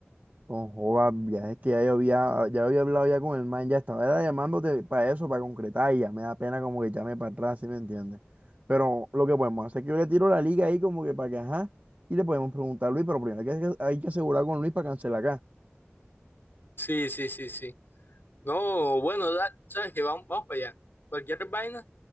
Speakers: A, on the right; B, on the left.
A: Con joda, viajes que ya yo había, ya había hablado ya con el man, ya estaba era llamándote para eso, para concretar, y ya me da pena como que llame para atrás, ¿sí me entiendes? Pero lo que podemos hacer es que yo le tiro la liga ahí como que para que, ajá, y le podemos preguntar a Luis, pero primero hay que, hay que asegurar con Luis para cancelar acá.
B: Sí, sí, sí, sí. No, bueno, da- sabes que vamos, vamos para allá. Cualquier vaina.